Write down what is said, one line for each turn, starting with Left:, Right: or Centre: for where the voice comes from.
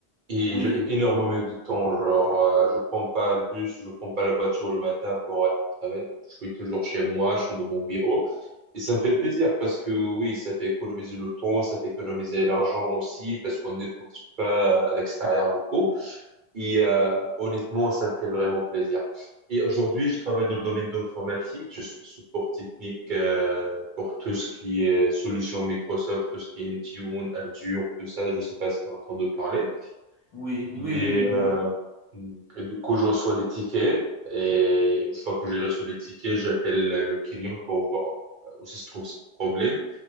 Right: Et
Left: Oui,
Right: j'ai énormément de temps, genre, euh, je prends pas le bus, je prends pas la voiture le matin pour aller au travail. Je suis toujours chez moi, je suis dans mon bureau. Et ça me fait plaisir parce que oui, ça fait économiser le temps, ça fait économiser l'argent aussi parce qu'on ne dépense pas à l'extérieur beaucoup. Et euh, honnêtement, ça me fait vraiment plaisir. Et aujourd'hui, je travaille dans le domaine d'informatique. Je suis support technique euh, pour tout ce qui est solution Microsoft, tout ce qui est Intune, Azure, tout ça. Je sais pas si tu as entendu parler.
Left: oui,
Right: Il
Left: oui,
Right: est,
Left: oui, oui,
Right: euh,
Left: bien.
Right: et du coup, je reçois des tickets et une fois que j'ai reçu les tickets, j'appelle le client pour voir où se trouve ce problème